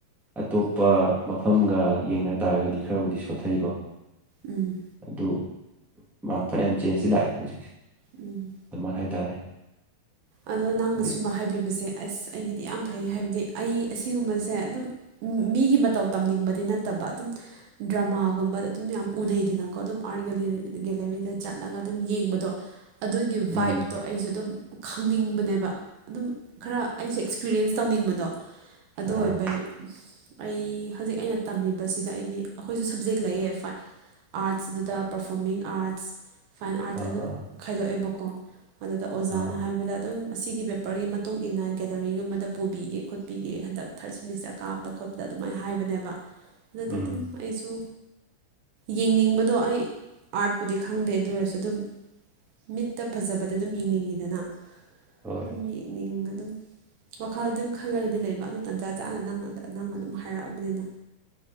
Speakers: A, in the centre; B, on the right.
A: ꯑꯇꯣꯞꯄ ꯃꯐꯝꯒ ꯌꯦꯡꯅ ꯇꯥꯔꯒꯗꯤ ꯈꯔꯕꯨꯗꯤ ꯁꯣꯊꯩꯀꯣ
B: ꯎꯝ
A: ꯑꯗꯨ ꯃ ꯐꯅꯌꯥꯝ ꯆꯦꯟꯖꯇ ꯂꯥꯛꯑꯦ ꯍꯧꯖꯤꯛꯁꯦ
B: ꯎꯝ
A: ꯑꯃ ꯍꯥꯏꯇꯥꯔꯦ
B: ꯑꯗꯣ ꯅꯪꯅ
A: ꯑꯗꯩ
B: ꯁꯒꯨꯝꯕ ꯍꯥꯏꯕꯤꯕꯁꯦ ꯑꯁ ꯑꯩꯒꯤꯗꯤ ꯌꯥꯝ ꯐꯩ ꯍꯥꯏꯕꯗꯤ ꯑꯩ ꯑꯁꯤꯒꯨꯝꯕꯁꯦ ꯑꯗꯨꯝ ꯃꯤꯒꯤ ꯃꯇꯧ ꯇꯝꯅꯤꯡꯕꯗꯤ ꯅꯠꯇꯕ ꯑꯗꯨꯝ ꯗ꯭ꯔꯃꯥꯒꯨꯝꯕꯗ ꯑꯗꯨꯝ ꯌꯥꯝ ꯎꯅꯩꯗꯅꯀꯣ ꯑꯗꯨꯝ ꯑꯥꯔꯠ ꯒꯦꯂꯔꯤꯗ ꯆꯠꯂꯒ ꯑꯗꯨꯝ ꯌꯦꯡꯕꯗꯣ ꯑꯗꯨꯒꯤ ꯚꯥꯏꯞꯇꯣ
A: ꯎꯝ
B: ꯑꯩꯁꯨ ꯑꯗꯨꯝ ꯈꯪꯅꯤꯡꯕꯅꯦꯕ ꯑꯗꯨꯝ ꯈꯔ ꯑꯩꯁꯦ ꯑꯦꯛꯁꯄꯤꯔꯤꯌꯦꯟꯁ ꯇꯧꯅꯤꯡꯕꯗꯣ ꯑꯗꯨ
A: ꯑꯥ
B: ꯑꯣꯏꯕꯩ ꯑꯁ ꯑꯩ ꯍꯧꯖꯤꯛ ꯑꯩꯅ ꯇꯝꯃꯤꯕꯁꯤꯗ ꯑꯩꯒꯤ ꯑꯩꯈꯣꯏꯁꯨ ꯁꯕꯖꯦꯛ ꯂꯩꯌꯦ ꯐꯥꯏ ꯑꯥꯔꯠꯁ ꯑꯗꯨꯗ ꯄꯔꯐꯣꯔꯃꯤꯡ ꯑꯥꯔꯠꯁ ꯐꯥꯏꯟ ꯑꯥꯔꯠꯇ
A: ꯑꯥ
B: ꯑꯗꯨꯝ ꯈꯥꯏꯗꯣꯛꯑꯦꯕꯀꯣ ꯑꯗꯨꯗ ꯑꯣꯖꯥꯅ
A: ꯑꯥ
B: ꯍꯥꯏꯕ꯫ ꯍꯥꯏꯕꯗ ꯑꯗꯨꯝ ꯑꯁꯤꯒꯤ ꯄꯦꯄꯔꯒꯤ ꯃꯇꯨꯡ ꯏꯟꯅ ꯒꯦꯂꯔꯤꯒꯨꯝꯕꯗ ꯄꯨꯕꯤꯒꯦ ꯈꯣꯠꯄꯤꯒꯦ ꯍꯟꯗꯛ ꯊꯥꯔꯠ ꯁꯦꯃꯤꯁꯇꯔ ꯀꯥꯕꯗ ꯈꯣꯠꯄꯗ ꯑꯗꯨꯃꯥꯏꯅ ꯍꯥꯏꯕꯅꯦꯕ ꯑꯗꯨꯗ
A: ꯎꯝ
B: ꯑꯗꯨꯝ ꯑꯩꯁꯨ ꯌꯦꯡꯅꯤꯡꯕꯗꯣ ꯑꯩ ꯑꯥꯔꯠꯄꯨꯗꯤ ꯈꯪꯗꯦ ꯑꯗꯨ ꯑꯣꯏꯔꯁꯨ ꯑꯗꯨꯝ ꯃꯤꯠꯇ ꯐꯖꯕꯗ ꯑꯗꯨꯝ ꯌꯦꯡꯅꯤꯡꯉꯤꯗꯅ
A: ꯍꯣꯏ
B: ꯑꯗꯨꯝ ꯌꯦꯛꯅꯤꯡ ꯑꯗꯨꯝ꯫ ꯋꯥꯈꯜꯗꯤ ꯑꯗꯨꯝ ꯈꯜꯂꯒꯗꯤ ꯂꯩꯕ ꯑꯗꯨ ꯇꯥꯟꯖꯥ ꯆꯥꯅ ꯅ ꯅꯪ ꯑꯗꯨꯝ ꯍꯥꯏꯔꯛꯑꯕꯅꯤꯅ